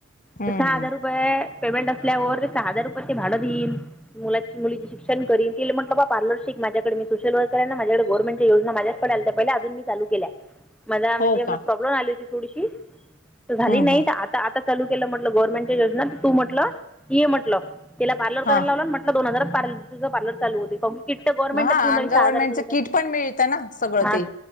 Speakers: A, on the left; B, in the centre.
A: हम्म
B: तर सहा हजार रुपये पे पेमेंट असल्यावर हजार रुपये ते भाडं देईन, मुलाची मुलीचे शिक्षण करीन. तिला म्हटल बा पार्लर शिक माझ्याकडे, मी सोशल वर्कर आहे ना माझ्याडे गवर्मेंटच्या योजना माझ्याकडे आलत्या पहिला अजून मी चालू केल्या. मला म्हणजे
A: हो
B: म
A: का
B: प्रॉब्लेम आली होती थोडीशी. त झाली
A: हम्म
B: नाही
A: हम्म
B: तर आता आता चालू केलं म्हटलं गव्हर्नमेंटच्या योजना. तू म्हटलं ये म्हटलं तिला पार्लर
A: हा
B: कराय लावल म्हटलं दोन हजारात पार्लर तुझं पार्लर चालू होते किट्ट गव्हर्नमेंटात
A: हा
B: देऊन
A: आणि
B: बई
A: गव्हर्नमेंटचं
B: सहा हजार दिले तर.
A: किट पण मिळतं ना सगळं
B: सहा हा
A: ते